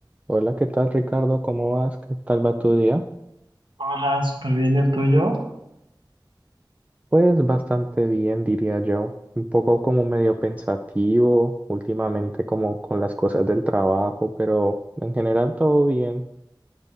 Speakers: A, on the right (about 15°); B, on the right (about 70°).
A: Hola, ¿qué tal Ricardo? ¿Cómo vas? ¿Qué tal va tu día?
B: Hola, súper bien, ¿el tuyo?
A: Pues bastante bien, diría yo. Un poco como medio pensativo últimamente, como con las cosas del trabajo, pero en general todo bien.